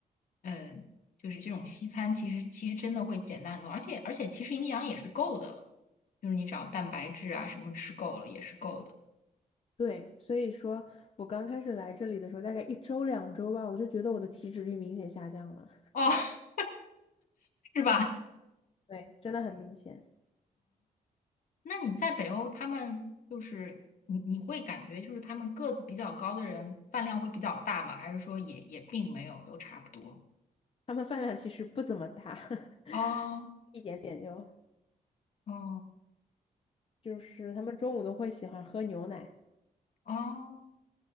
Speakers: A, on the left; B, on the left.
A: 嗯，就是这种西餐，其实其实真的会简单很多，而且而且其实营养也是够的，就是你只要蛋白质啊什么吃够了也是够的，
B: 对，所以说我刚开始来这里的时候，大概一周两周吧，我就觉得我的体脂率明显下降了。
A: 哦，<laughs> 是吧？
B: 对，真的很明显。
A: 那你在北欧，他们就是你你会感觉就是他们个子比较高的人饭量会比较大吗？还是说也也并没有，都差不多？
B: 他们饭量其实不怎么大，<laughs>
A: 哦
B: 一点点就，
A: 哦
B: 就是他们中午都会喜欢喝牛奶。
A: 哦